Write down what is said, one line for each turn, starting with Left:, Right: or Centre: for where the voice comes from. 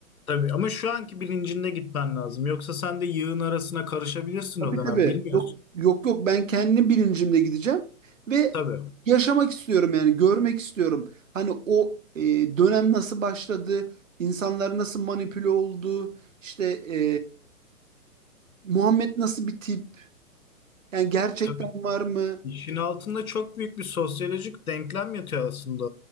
Left: Tabii ama şu anki bilincinde gitmen lazım. Yoksa sen de yığın arasına karışabilirsin
Right: Tabii
Left: o dönem.
Right: tabii.
Left: Bilmiyorsun.
Right: Yok yok yok ben kendi bilincimle gideceğim ve
Left: Tabii.
Right: yaşamak istiyorum yani görmek istiyorum. Hani o e, dönem nasıl başladı, insanlar nasıl manipüle oldu, işte e, Muhammed nasıl bir tip, yani gerçekten
Left: Tabii.
Right: var mı
Left: İşin altında çok büyük bir sosyolojik denklem yatıyor aslında.